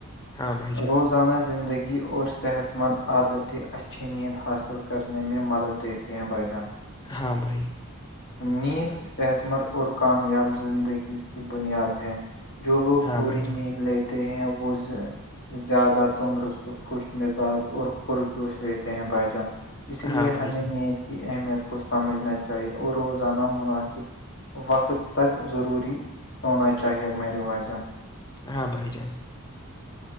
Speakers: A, on the left (about 20°); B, on the left (about 55°).
A: ہاں بھائی جان
B: روزانہ زندگی اور صحت مند عادتی اچھی نیند حاصل کرنے میں مدد دیتے ہیں بائی جان
A: ہاں بھائی
B: نیند صحت مند اور کامیاب زندگی کی بنیاد ہے جو لوگ
A: ہاں
B: پوری
A: بھائی جان
B: نیند لیتے ہیں وہ زیادہ تندرست خوش مزاج اور پرجوش رہتے ہیں بھائی جان اس
A: ہاں
B: لیے
A: بھائی
B: ہمیں
A: جان
B: نیند کی اہمیت کو سمجھنا چاہیے اور روزانہ مناسب وقت تک ضروری ہونا چاہیے میںیں رواجہ
A: ہاں بھائی جان